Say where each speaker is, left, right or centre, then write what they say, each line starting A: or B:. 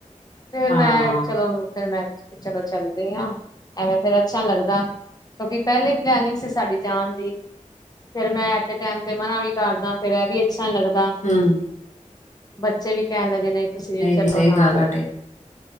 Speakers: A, on the left; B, on the left.
A: ਫੇਰ
B: ਹਾਂ
A: ਮੈਂ ਚਲੋ ਫਿਰ ਮੈਂ ਚਲੋ ਚੱਲਦੀ ਹ ਐਵੇਂ ਫਰ ਅੱਛਾ ਲੱਗਦਾ ਕਿਉਂਕਿ ਪਹਿਲੇ ਪਲਨਿੰਗ ਸੀ ਸਾਡੀ ਜਾਣ ਦੀ ਫਿਰ ਮੈਂ ਐੇਟੇ ਟੈਮ ਤੇ ਮਨਾ ਵੀ ਕਰਦਾ ਫਿਰ ਇਹ ਵੀ ਅੱਛਾ ਲੱਗਦਾ
B: ਹਮ
A: ਬੱਚੇ ਵੀ ਕਹਿਣ ਲੱਗੇ ਨੇ ਤੁਸੀਂ ਵੀ
B: ਨਹੀਂ
A: ਚਲੋ
B: ਨਹੀਂ ਸਹੀ
A: ਨਾਲ
B: ਗੱਲ ਤੁਹਾਡੀ